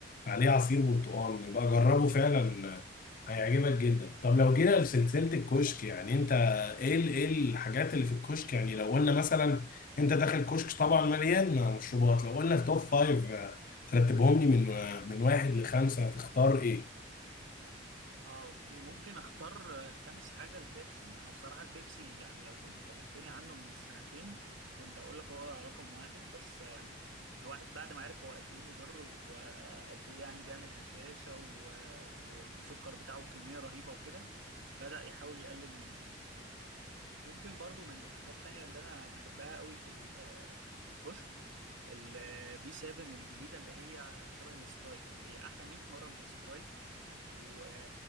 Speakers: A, on the left; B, on the right.
A: عليه عصير برتقال يبقى جربه فعلا آه، هيعجبك جدا طب لو جينا لسلسلة الكشك يعني انت ايه ال- ايه الحاجات اللي في الكشك يعني لو قلنا مثلا انت داخل كشك طبعا مليان مشروبات لو قلنا التوب فايف ترتبهم لي من من واحد لخمسة هتختار ايه؟
B: اه اوكي ممكن اختار آه، خامس حاجة البيبسي انا بصراحة البيبسي يعني لو كنت كلمتني عنه من سنتين كنت اقول لك هو رقم واحد بس آم، الواحد بعد ما عرف هو قد ايه مضر وقد ايه يعني بيعمل هشاشة و- والسكر بتاعه كمية رهيبة وكده بدأ يحاول يقلل منه ممكن برضو من الحاجات التانية اللي أنا بحبها قوي في ال- في الكشك ال V7 الجديدة اللي هي شبه السبرايت هي أحلى 100 مرة من السبرايت و...